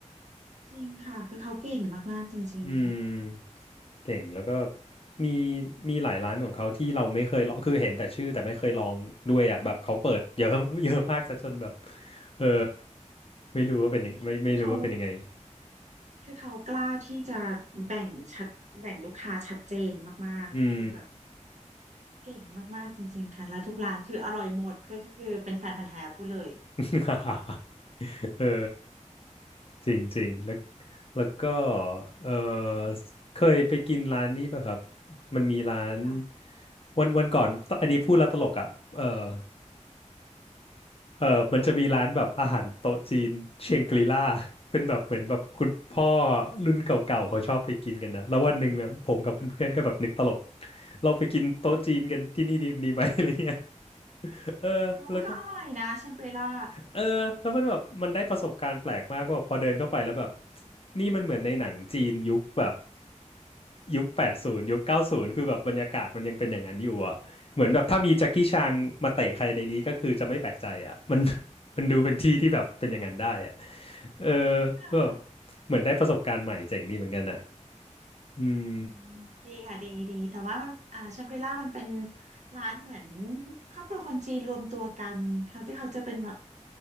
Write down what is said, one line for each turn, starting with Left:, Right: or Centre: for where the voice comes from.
Right: จริงค่ะคือเขาเก่งมากๆจริง
Left: อืมเก่งแล้วก็มีมีหลายร้านของเขาที่เราไม่เคยลองคือเห็นแต่ชื่อแต่ไม่เคยลองด้วยอ่ะแบบเขาเปิดเยอะเยอะมากซะจนแบบเออไม่รู้ว่าเป็นยังไม่ไม่รู้ว่าเป็นยังไง
Right: จริงคือเขาคือเขากล้าที่จะแบ่งชัดแบ่งลูกค้าชัดเจนมากๆคือแบบ
Left: อืม
Right: เก่งมากๆจริงๆค่ะแล้วทุกร้านคืออร่อยหมดก็คือเป็นแฟนพันธุ์แท้พูดเลย
Left: <laughs> เออจริงจริงแล้วแล้วก็เออเคยไปกินร้านนี้ป่ะครับมันมีร้าน
Right: ค่ะ
Left: วันวันก่อนอันนี้พูดแล้วตลกอ่ะเออ เออมันจะมีร้านแบบอาหารโต๊ะจีนเชียงกรีล่า <laughs> เป็นแบบเหมือนแบบคุณพ่อรุ่นเก่าๆเขาชอบไปกินกันนะแล้ววันหนึ่งเนี่ยผมกับเพื่อนๆก็แบบนึกตลกเราไปกินโต๊ะจีนกันที่นี่ดีดีไหม <laughs> อะไรเงี้ยเออแล้วก็
Right: ว่ามันก็อร่อยนะแชงกรีล่า
Left: เออแล้วมันแบบมันได้ประสบการณ์แปลกมากว่าแบบพอเดินเข้าไปแล้วแบบนี่มันเหมือนในหนังจีนยุคแบบยุคแปดศูนย์ยุคเก้าศูนย์คือแบบบรรยากาศมันยังเป็นอย่างนั้นอยู่อ่ะเหมือนแบบถ้ามีแจ็คกี้ชางมาเตะใครในนี้ก็คือจะไม่แปลกใจอ่ะมัน <laughs> มันดูเป็นที่ที่แบบเป็นอย่างนั้นได้อ่ะเออ
Right: ค่ะ
Left: แบบเหมือนได้ประสบการณ์ใหม่เจ๋งดีเหมือนกันอ่ะอืม
Right: อืมดีค่ะดีดีแต่ว่าอ่าชังกรีล่ามันเป็นร้านเหมือนครอบครัวคนจีนรวมตัวกันเขาที่เขาจะเป็นแบบ